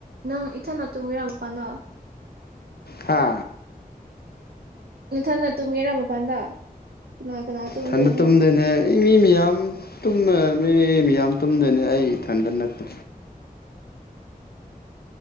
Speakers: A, on the right; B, on the left.
A: ꯅꯪ ꯏꯊꯟꯗ ꯇꯨꯝꯕꯤꯔꯝꯃꯣ ꯄꯅ
B: ꯍꯥ
A: ꯅꯊꯟꯅ ꯇꯨꯝꯒꯦꯔꯥ ꯃꯄꯥꯟꯗ ꯀꯅꯥ ꯀꯅꯥ ꯇꯨꯝꯗꯣꯏꯅꯣ
B: ꯊꯟꯗ ꯇꯨꯝꯗꯣꯏꯅꯦ ꯏ ꯃꯤ ꯃꯌꯥꯝ ꯇꯨꯝꯃ ꯂꯩꯔꯝꯃꯦ ꯃꯤ ꯌꯥꯝ ꯇꯨꯝꯗꯣꯏꯅꯩ ꯑꯩ ꯏꯊꯟꯗ ꯅꯠꯇꯦ